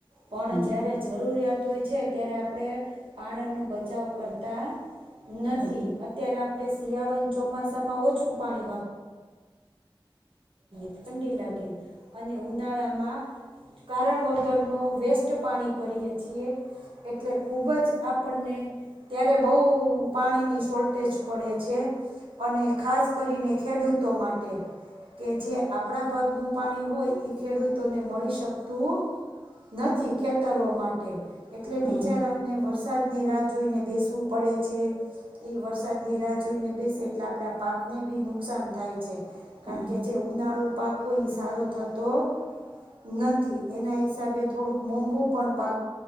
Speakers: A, on the right (about 80°); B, on the left (about 65°).
A: પણ
B: હમ
A: જય્યારે જરૂરિયાત હોય છે ત્યારે આપણે પાણીનો બચાવ કરતા નથી
B: હમ
A: અત્યારે આપણે શિયાળોને ચોમાસા માં ઓછું પાણી વાપર ઠંડી લાગે અને ઉનાળામાં કારણ વગર ન વેસ્ટ પાણી કરીએે છીએ એટલે ખુબજ આપણને ત્યારે બહુ પાણીની શોલટેેજ પડે છે અને ખાસ કરીને ખેડૂતો માટે. કે જે આપણા ભાગનું પાણી હોય ખેડૂતોને મળી શકતું નથી ખેતરો માટે એટલે
B: હમ
A: બિચારાઓને વરસાદની રા જોઈને બેસવું પડે છે. એ વરસાદની રાહ જોઈને બેસે એટલે આપણા પાકને બી નુકસાન થાય છે. કારણ
B: હમ
A: કે જે ઉનાળુ પાકો ઈ સારો થતો નથી એના હિસાબે થોડુંક મોંઘું પણ પાક